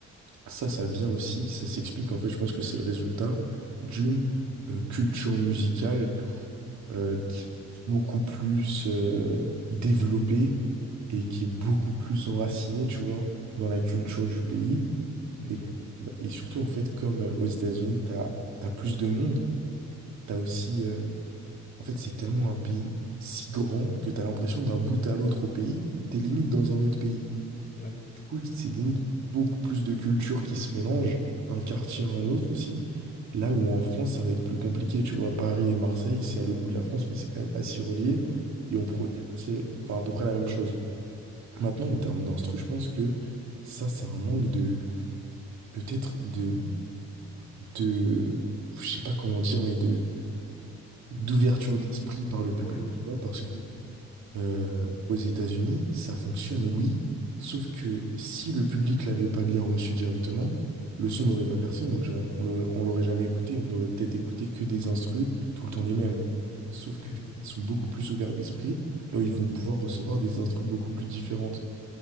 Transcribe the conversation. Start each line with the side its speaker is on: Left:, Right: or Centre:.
Right: ça, ça vient aussi, ça s'explique. En fait, je pense que c'est le résultat d'une euh, culture musicale euh, qui est beaucoup plus euh, développé et qui est beaucoup plus enraciné, tu vois, dans la culture du pays.
Left: Ok,
Right: Et, et surtout, en fait, comme euh, aux États-Unis, t'as, t'as plus de monde, t'as aussi... euh, en fait, c'est tellement un pays si grand que t'as l'impression d'un bout à l'autre au pays, t'es limite dans un autre pays.
Left: ouais,
Right: Du coup, c'est limite beaucoup plus de cultures qui se mélangent d'un quartier à un autre aussi. Là où en France, ça va être plus compliqué, tu vois, Paris et Marseille, c'est à l'autre bout de la France, mais c'est quand même assez relié et on produit
Left: Mm.
Right: assez, enfin, à peu près la même chose. Maintenant, en termes d'instru, je pense que ça, c'est un manque de, peut-être de, de, je sais pas comment dire, mais de, d'ouverture d'esprit par le public,
Left: ouais,
Right: tu vois, parce
Left: Mm.
Right: euh, aux États-Unis, ça fonctionne, oui, sauf que si le public l'avait pas bien reçu directement, le son n'aurait pas percé, on l'aurait on l'aurait- on l'aurait jamais écouté, on aurait peut-être écouté que des instrus, tout le temps les mêmes. Sauf que
Left: Mm.
Right: du coup, ils sont beaucoup plus ouverts d'esprit, là où ils vont pouvoir recevoir des instrus beaucoup plus différentes.